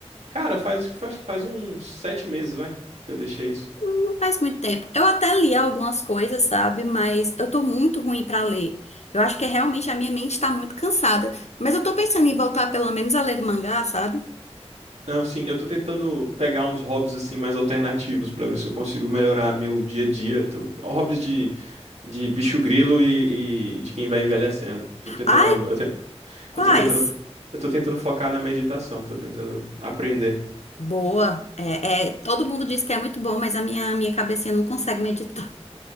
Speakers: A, on the right (about 80°); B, on the left (about 75°).
A: Cara, faz faz, faz uns sete meses, vai, que eu deixei isso.
B: Não faz muito tempo. Eu até li algumas coisas, sabe? Mas eu tô muito ruim pra ler. Eu acho que é realmente a minha mente tá muito cansada. Mas eu tô pensando em voltar pelo menos a ler o mangá, sabe?
A: Não, sim, eu tô tentando pegar uns hobbies assim mais alternativos pra ver se eu consigo melhorar meu dia a dia. Tô- Hobbies de, de bicho grilo e, e de quem vai envelhecendo. Tô tentando,
B: Ai,
A: eu, te-
B: quais?
A: eu tô tentando, eu tô tentando focar na meditação, tô tentando aprender.
B: Boa. É, é, todo mundo diz que é muito bom, mas a minha, minha cabecinha não consegue meditar. <laughs>